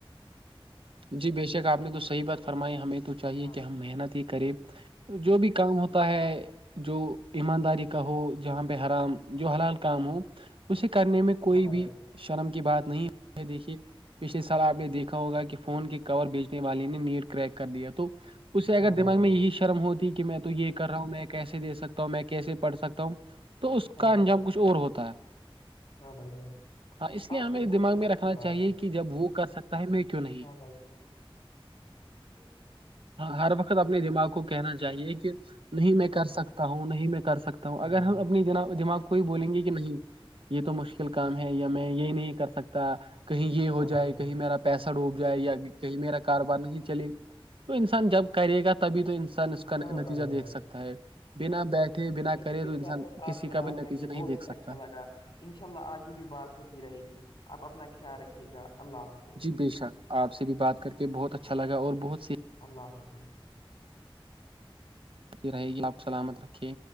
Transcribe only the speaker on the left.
ہاں
بھائی
ہاں بھائی
جان
ہاں
بھائی جان
ہاں
بھائی جان
ہاں بھائی جان
آپ
نے بہت
ہی
اچھی
بات
کی
ہاں بھائی ج <unintelligible>
ہاں
بھائی
جان
ہاں
بھائی جان
ہاں بھائی
جان
خشی کے
ساتھ ساتھ آپ
سے
بات
کر
کے
بہت
ہی
اچھا لگا <unintelligible> انشاء اللہ آگے بھی بات ہوتی رہے گی آپ اپنا خیال رکھیے گا اللہ حافظ
اللہ حافظ